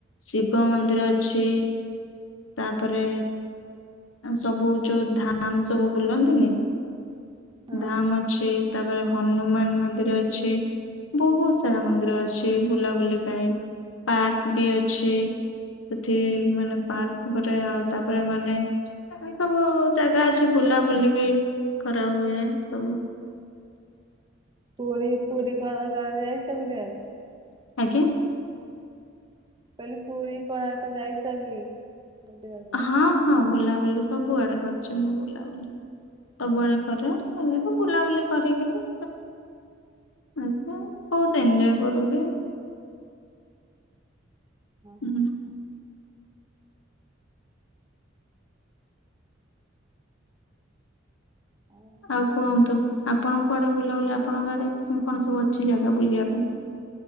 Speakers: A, on the left; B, on the right.
A: ଶିବ ମନ୍ଦିର ଅଛି। ତାପରେ ସବୁ ଯୋଉ ଧାମ ସବୁ ବୁଲନ୍ତିନି
B: ହଁ
A: ଧାମ ଅଛି ତାପରେ ହନୁମାନ ମନ୍ଦିର ଅଛି। ବହୁତ ସାରା ମନ୍ଦିର ଅଛି ବୁଲାବୁଲି ପାଇଁ ପାର୍କ ବି ଅଛି। ସେଠି ମାନେ ପାର୍କ ପରେ ଆଉ ତାପରେ ମାନେ ଏ ସବୁ ଜାଗା ଅଛି ବୁଲାବୁଲି ବି କରା ହୁଏ ସବୁ।
B: ପୁରୀ ପୁରୀ କୋଣାର୍କ ଆଡେ ଯାଇଛ ବୁଲିବାକୁ?
A: ଆଜ୍ଞା
B: କହିଲି ପୁରୀ କୋଣାର୍କ ଯାଇଛ କି ବୁଲିବାକୁ?
A: ହଁ ହଁ ବୁଲାବୁଲି ସବୁଆଡେ କରିୁଛି ମୁଁ ବୁଲାବୁଲି ସବୁବେଳେ କରେ ଏମିତି ବୁଲାବୁଲି କରିକିରି ଆଜ୍ଞା ବହୁତ ଏନଜୟ
B: ହଁ
A: କରୁବି
B: <inaudible>
A: ହୁଁ
B: <inaudible>
A: ଆଉ କୁହନ୍ତୁ ଆପଣ କୁଆଡେ ବୁଲାବୁଲି ଆପଣଙ୍କ ଆଡେ କଣ ସବୁ ଅଛି ଜାଗା ବୁଲିବା ପାଇଁ